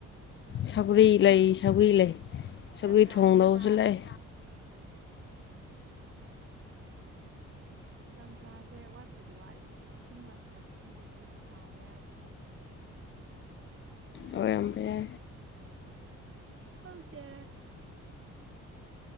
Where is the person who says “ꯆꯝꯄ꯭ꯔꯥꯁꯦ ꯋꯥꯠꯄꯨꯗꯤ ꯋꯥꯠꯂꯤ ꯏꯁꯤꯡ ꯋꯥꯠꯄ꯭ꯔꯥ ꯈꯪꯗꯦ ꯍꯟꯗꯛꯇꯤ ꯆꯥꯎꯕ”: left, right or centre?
Right